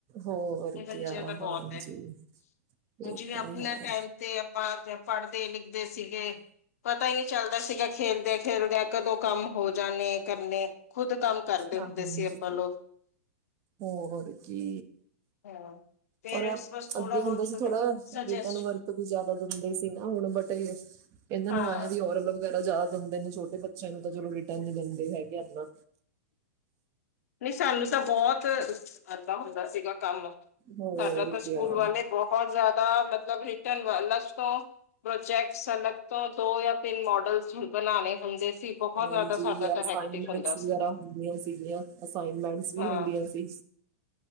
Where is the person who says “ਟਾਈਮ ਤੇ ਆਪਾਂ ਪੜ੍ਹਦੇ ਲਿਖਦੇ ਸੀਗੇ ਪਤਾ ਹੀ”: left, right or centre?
Left